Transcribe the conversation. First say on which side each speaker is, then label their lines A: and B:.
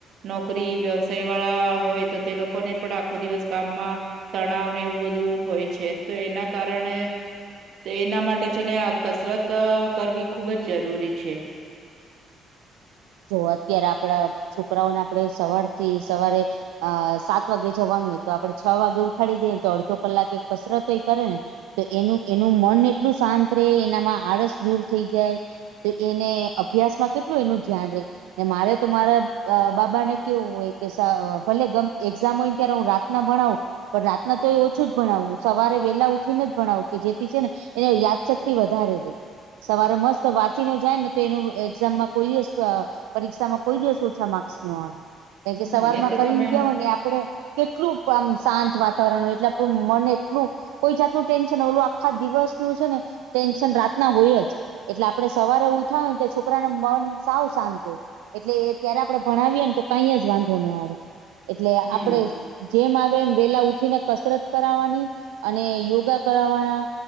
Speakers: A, on the right; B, on the right.
A: નોકરી વ્યવસાય વાળા હોય તો તે લોકોને પણ આખો દિવસ કામમાં તણાવ ને એવું બધું હોય છે તો એના કારણે. તો એના માટે છે ને કસરત કરવી ખુબ જ જરૂરી છે.
B: જો અત્યારે આપડા છોકરાઓને આપડે સવારથી સવારે. અ સાત વાગે જવાનું હોય તો આપડે છ વાગે ઉઠાડી દઈએ તો અડધો કલાક કસરતો એ કરે ને તો એનું એનું મન એટલું શાંત રહે એનામાં આળસ દૂર થઈ જાય. તો એને અભ્યાસ માં કેટલું એનું ધ્યાન રે ને મારે તો મારા બાબા ને કેવું હોય કે ભલે એક્ઝામ હોય ને ત્યારે હું રાત ના ભણાવું. પણ રાતના તો એ ઓછું જ ભણાવું સવારે વેલા ઉઠીને જ ભણાવું કે જેથી છે ને એને યાદશક્તિ વધારે રે સવારે મસ્ત વાંચી ને જાય ને તો એનું એક્ઝામમાં કોઈઅ જ અ પરીક્ષામાં કોઈ દિવસ ઓછા માર્ક્સ ન આવે કારણ
A: હમ,
B: કે સવાર
A: એ
B: માં
A: તો
B: ફરીને
A: તમે
B: ગયા હોય ને તો આપડે કેટલું આમ શાંત વાતાવરણ હોય એટલે આપણું મન એટલું કોઈ જાતનું ટેન્શન ઓલું આખા દિવસનું છે ને ટેન્શન રાતના હોય જ એટલે આપડે સવારે ઉઠા હોય ને તો છોકરાને મન સાવ શાંત હોય એટલે એ ત્યારે આપડણે ભણાવીએ ને તો કઈ જ વાંધો ના આવે. એટલે આપડે
A: હમ,
B: જેમ આવે એમ વેલા ઉઠીને કસરત કરાવવાની અને યોગા કરાવવાના